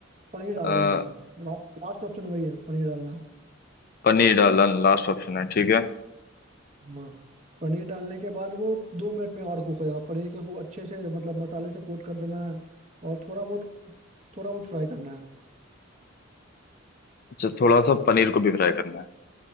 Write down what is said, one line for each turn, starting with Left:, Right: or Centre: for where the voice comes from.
Right: पनीर
Left: अ,
Right: डाल देना है लास्ट लास्ट ऑप्शन वही है पनीर डालना है।
Left: पनीर डाला लास्ट ऑप्शन है ठीक है
Right: हाँ पनीर डालने के बाद वो दो मिनट में और कुक हो जाएगा पनीर के को अच्छे से मतलब मसाले से कोट कर देना है और थोड़ा बहुत थोड़ा बहुत फ्राई करना है
Left: अच्छा थोड़ा सा पनीर को भी फ्राई करना है